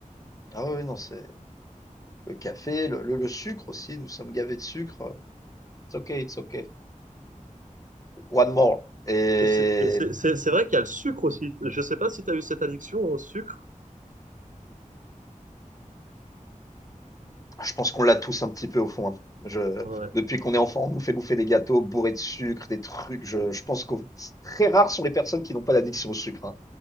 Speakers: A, on the left; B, on the right.
A: ah oui, oui, non, c'est le café, le le le sucre aussi, nous sommes gavés de sucre, it's okay, it's okay, one more et
B: Et c'est et c'est- c'est- c'est vrai qu'il y a le sucre aussi. Je sais pas si tu as eu cette addiction au sucre.
A: Ah, Je pense qu'on l'a tous un petit peu au fond. hein. Je,
B: Ouais.
A: depuis qu'on est enfant, on nous fait bouffer des gâteaux bourrés de sucre, des trucs. Je, je pense que très rares sont les personnes qui n'ont pas d'addiction au sucre. hein.